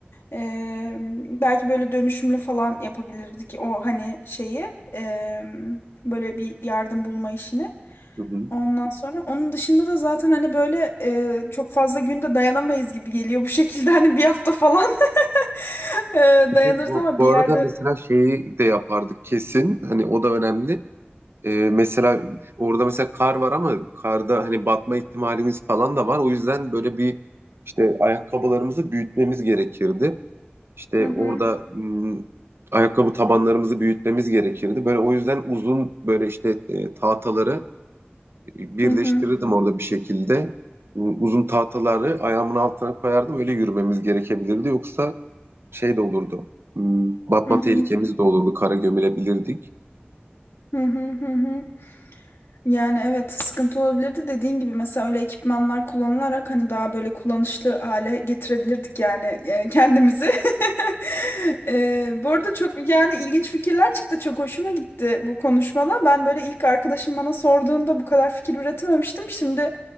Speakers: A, on the left (about 85°); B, on the right (about 75°).
A: ee, belki böyle dönüşümlü falan yapabilirdik o hani şeyi ee, böyle bir yardım bulma işini.
B: Hı hı.
A: Ondan sonra onun dışında da zaten hani böyle e, çok fazla günde dayanamayız gibi geliyor bu <laughs> şekilde hani bir hafta falan <laughs> e,
B: Bir
A: dayanırız
B: Bu,
A: ama
B: bu
A: bir
B: arada
A: yerde
B: mesela şeyi de yapardık kesin. Hani o da önemli. Ee, mesela orada mesela kar var ama karda hani batma ihtimalimiz falan da var. O yüzden böyle bir işte ayakkabılarımızı büyütmemiz gerekirdi. İşte
A: Hı hı,
B: orada hmm, ayakkabı tabanlarımızı büyütmemiz gerekirdi. Böyle o yüzden uzun böyle işte e, tahtaları birleştirirdim
A: hı hı,
B: orada bir şekilde. U- Uzun tahtaları ayağımın altına koyardım. Öyle yürümemiz gerekebilirdi. Yoksa şey de olurdu. Hmm, Batma
A: hı hı,
B: tehlikemiz de olurdu. Kara gömülebilirdik.
A: hı hı, hı hı. Yani evet sıkıntı olabilirdi dediğin gibi mesela öyle ekipmanlar kullanılarak hani daha böyle kullanışlı hale getirebilirdik yani, yani kendimizi. <laughs> Ee, bu arada çok yani ilginç fikirler çıktı çok hoşuma gitti bu konuşmada. Ben böyle ilk arkadaşım bana sorduğunda bu kadar fikir üretememiştim. Şimdi